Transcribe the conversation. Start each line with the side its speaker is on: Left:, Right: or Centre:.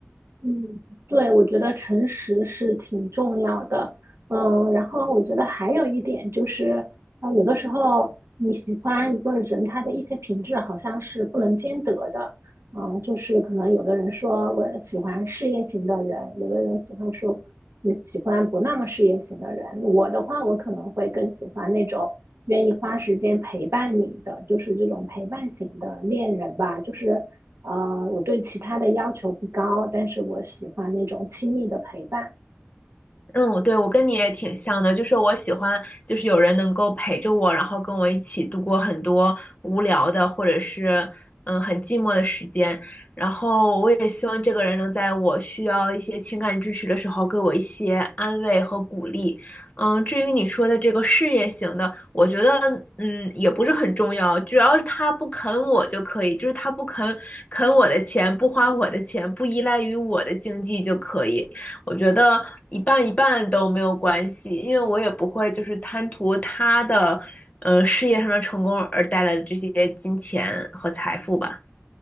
Right: 嗯，对，我觉得诚实是挺重要的。嗯，然后我觉得还有一点就是，啊、有的时候你喜欢一个人，他的一些品质好像是不能兼得的。啊，就是可能有的人说我喜欢事业型的人，有的人喜欢说你喜欢不那么事业型的人。我的话，我可能会更喜欢那种愿意花时间陪伴你的，就是这种陪伴型的恋人吧，就是。呃，我对其他的要求不高，但是我喜欢那种亲密的陪伴。
Left: 嗯，对，我跟你也挺像的，就是我喜欢，就是有人能够陪着我，然后跟我一起度过很多无聊的或者是嗯很寂寞的时间，然后我也希望这个人能在我需要一些情感支持的时候给我一些安慰和鼓励。嗯，至于你说的这个事业型的，我觉得嗯也不是很重要，只要是他不啃我就可以，就是他不啃啃我的钱，不花我的钱，不依赖于我的经济就可以。我觉得一半一半都没有关系，因为我也不会就是贪图他的，呃，事业上的成功而带来的这些金钱和财富吧。